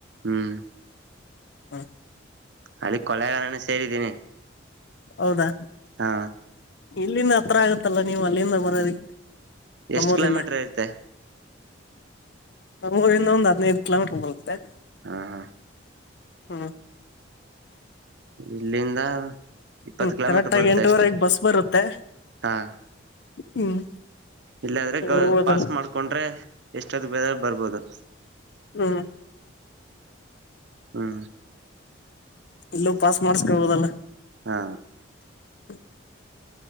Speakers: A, on the right; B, on the left.
A: ಹ್ಮ್
B: ಹ್ಮ
A: ಅಲ್ಲಿ ಕೊಲೆಗಾರನ ಸೇರಿದ್ದೀನಿ
B: ಹೌದಾ
A: ಹಾ
B: ಇಲ್ಲಿಂದ ಹತ್ರ ಆಗತ್ತಲ್ಲ ನೀವು ಅಲ್ಲಿಂದ ಬರೋದಿಕ್ಕೆ ನಮ್ಮೂರಿಂದ
A: ಎಷ್ಟು ಕಿಲೋಮೀಟರ್ ಐತೆ
B: ನಮ್ಮ ಊರಿಂದ ಒಂದ್ ಹದಿನೈದು ಕಿಲೋಮೀಟರ್ ಬಗತ್ತೆ
A: ಹಾ ಹಾ
B: ಹಾ
A: ಇಲ್ಲಿಂದ ಇಪ್ಪತ್ತು
B: ಹ್ಮ್
A: ಕಿಲೋಮೀಟರ್
B: ಕರೆಕ್ಟ್ ಆಾಗಿ
A: ಬರುತ್ತೆ
B: ಎಂಟೂವರೆಗೆ
A: ಅಷ್ಟೇ
B: ಬಸ್ ಬರುತ್ತೆ
A: ಹಾ
B: ಹ್ಮ್
A: ಇಲ್ಲಾದ್ರೆ ಗ
B: ಹೋಗೋದಲ್ಲ
A: ಪಾಸ್ ಮಾಡ್ಕೊಂಡ್ರೆ ಎಷ್ಟೊದ್ ಬೇದ ಬರ್ಬೋದು
B: ಹ್ಞ
A: ಹಾ್
B: ಇಲ್ಲೂ ಪಾಸ್ ಮಾಡಸ್ಕೊಳ್ಬೋುದಲ್ಲ
A: ಹಾ
B: <unintelligible>